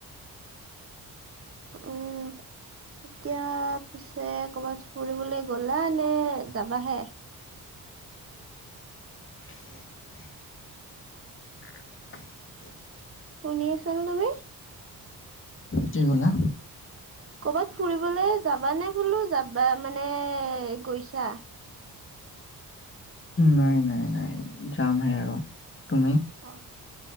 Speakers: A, on the left; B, on the right.
A: <unintelligible>
B: উম। এতিয়া পিছে কবাত ফুৰিবলে গ'লা নে যাবাহে?
A: <unintelligible> উ <unintelligible>
B: শুনি আছানে তুমি?
A: কি ক'লা
B: কবাত ফুৰিবলে যাবা নে বোলো যাবা মানে গৈছা?
A: নাই নাই নাই যামহে আৰু। তুমি
B: অ